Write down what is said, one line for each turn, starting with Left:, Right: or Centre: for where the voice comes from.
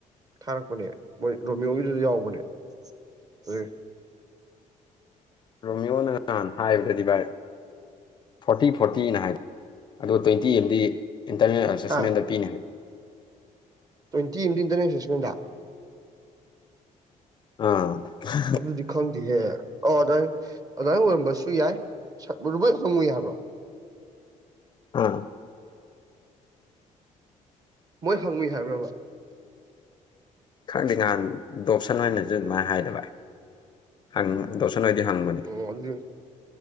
Right: ꯊꯥꯔꯛꯄꯅꯦ ꯃꯣꯏ ꯔꯣꯃꯤꯌꯣꯒꯤꯗꯨ ꯌꯥꯎꯕꯅꯦ ꯎ
Left: ꯔꯣꯃꯤꯌꯣꯅ ꯅꯍꯥꯟ ꯍꯥꯏꯕꯗꯗꯤ ꯚꯥꯏ ꯐꯣꯔꯇꯤ ꯐꯣꯔꯇꯤꯅ ꯍꯥꯏꯕ ꯑꯗꯣ ꯇ꯭ꯋꯦꯟꯇꯤ ꯑꯦꯝꯗꯤ ꯏꯟꯇꯔꯅꯦꯜ ꯑꯦꯁꯦꯁꯃꯦꯟꯗ
Right: ꯍꯥ
Left: ꯄꯤꯅꯦ <unintelligible>
Right: ꯇ꯭ꯋꯦꯟꯤ ꯑꯝꯗꯤ ꯏꯟꯇꯤꯅꯦꯜ ꯑꯁꯦ <unintelligible>
Left: ꯑꯥ <unintelligible>
Right: ꯑꯗꯨꯗꯤ ꯈꯪꯗꯦꯍꯦ ꯑꯣ ꯑꯗꯨꯥꯏ ꯑꯗꯨꯃꯥꯏꯅ ꯑꯣꯏꯔꯝꯕꯁꯨ ꯌꯥꯏ ꯂꯣꯏ ꯈꯪꯉꯨꯏ ꯌꯥꯕ꯭ꯔꯣ
Left: ꯑꯥ
Right: ꯃꯣꯏ ꯍꯪꯉꯨꯏ ꯍꯥꯏꯕ꯭ꯔꯕ
Left: ꯈꯔꯗꯤ ꯉꯥꯟ ꯗꯣꯞꯁꯟ ꯑꯣꯏꯅꯁꯨ ꯑꯗꯨꯃꯥꯏꯅ ꯍꯥꯏꯗ ꯕꯥꯏ ꯍꯪ ꯗꯣꯁꯟ ꯑꯣꯏꯗꯤ ꯍꯪꯕꯅꯤ
Right: ꯑꯣ ꯑꯗꯨ